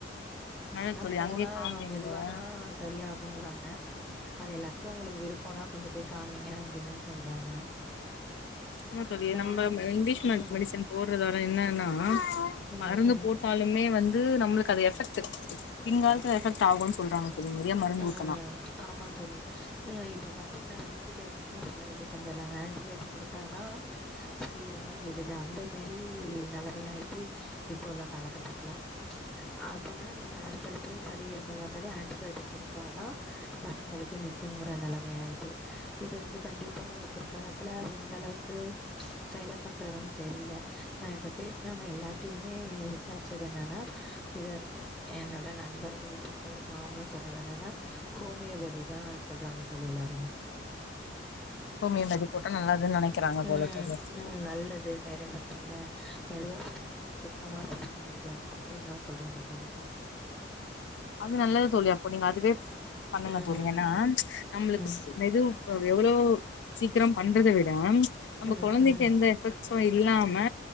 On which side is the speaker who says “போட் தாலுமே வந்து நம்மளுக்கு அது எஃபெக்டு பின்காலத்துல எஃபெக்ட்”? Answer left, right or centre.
Left